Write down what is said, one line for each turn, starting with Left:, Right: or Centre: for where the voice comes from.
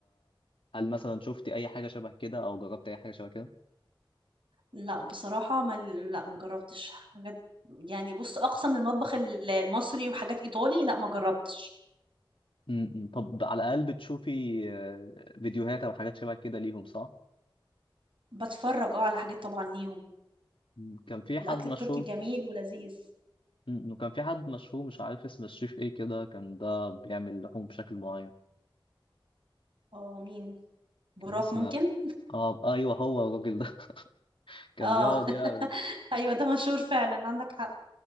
Left: هل مثلا شفتي أي حاجة شبه كده أو جربتي أي حاجة شبه كده؟
Right: لا بصراحة ما لا ما جربتش حاجات يعني بص أقصى من المطبخ ال- المصري وحاجات إيطالي لا ما جربتش
Left: م- م. طب على الأقل بتشوفي آه، فيديوهات أو حاجات شبه كده ليهم صح؟
Right: بتفرج اه على حاجات طبعا ليهم
Left: م. كان في حد
Right: الأكل
Left: مشهور
Right: التركي جميل ولذيذ
Left: م- وكان في حد مشهور مش عارف اسم الشيف إيه كده كان ده بيعمل لحوم بشكل معين
Right: اه مين براك
Left: كان اسمه
Right: ممكن
Left: اه ايوه هو الراجل ده <laughs> كان
Right: اه
Left: بيقعد
Right: <laughs>
Left: يعمل
Right: أيوة ده مشهور فعلا عندك حق